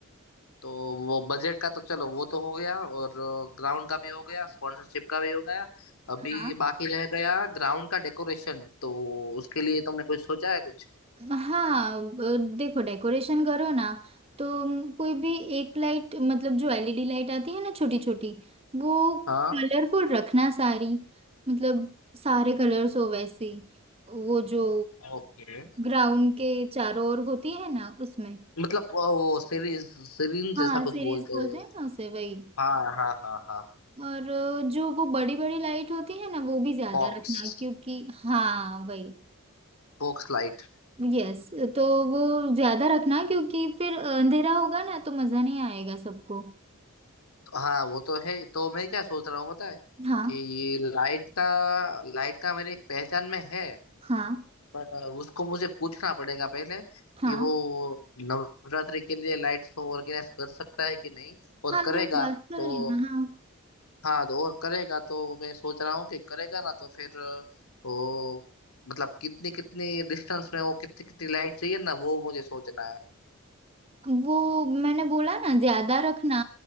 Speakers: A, on the left; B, on the right.
A: तो वो बजट का तो चलो वो तो हो गया और ग्राउंड का भी हो गया स्पॉन्सरशिप का भी हो गया अभी
B: हाँ
A: बाकी रह गया ग्राउंड का डेकोरेशन तो उसके लिए तुमने कुछ सोचा है कुछ
B: हाँ अ, देखो डेकोरेशन करो ना तो अम, कोई भी एक लाइट मतलब जो एलईडी लाइट आती है ना छोटी छोटी वो
A: हाँ
B: कलरफुल रखना सारी मतलब सारे कलर्स हो वैसी वो जो
A: ओके
B: ग्राउंड के चारों ओर होती है ना उसमें
A: मतलब वो सीरीज सीरीन
B: हाँ
A: जैसा कुछ
B: सीरीज
A: बोलते
B: बोलते
A: हैं
B: हैं ना उसे वही
A: हाँ हाँ हाँ हाँ
B: और अ, जो वो बड़ी बड़ी लाइट होती है ना वो भी ज्यादा
A: फॉक्स
B: रखना क्योंकि हाँ वही
A: Focus light
B: यस तो वो ज्यादा रखना क्योंकि फिर अंधेरा होगा ना तो मजा नहीं आएगा सबको
A: हाँ वो तो है तो मैं क्या सोच रहा हूँ पता है
B: हाँ
A: कि ये लाइट का लाइट का मेरे एक पहचान में है
B: हाँ
A: पर उसको मुझे पूछना पड़ेगा पहले
B: हाँ
A: कि वो नवरात्रि के लिए लाइट्स को ऑर्गेनाइज कर सकता है कि नहीं और
B: हाँ
A: करेगा
B: तुम बात कर
A: तो
B: लेना हाँ
A: हाँ तो और करेगा तो मैं सोच रहा हूँ कि करेगा ना तो फिर अ, वो मतलब कितनी कितनी डिस्टेंस में वो कितनी कितनी लाइट चाहिए ना वो मुझे सोचना है
B: वो मैंने बोला ना ज्यादा रखना